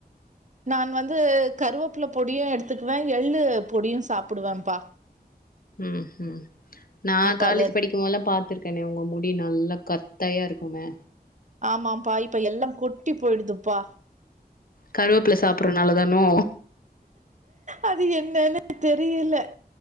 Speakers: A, on the right; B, on the left.
A: நான் வந்து கருவேப்புள்ள பொடியு எடுத்துக்குவே எள்ளு பொடியு சாப்புடுவேன்ப்பா
B: ம் ம் நா
A: இப்ப
B: காலேஜ்
A: அத
B: படிக்கும்போதுல்ல பாத்துருக்கே ஏ ன உங்க முடி நல்லா கத்தயா இருக்கும
A: ஆமாம்பா இப்ப எல்லா கொட்டி போயிடுதுப்பா
B: கருவேப்பில சாப்டறனால தானோ
A: அது என்னன்னு தெரியல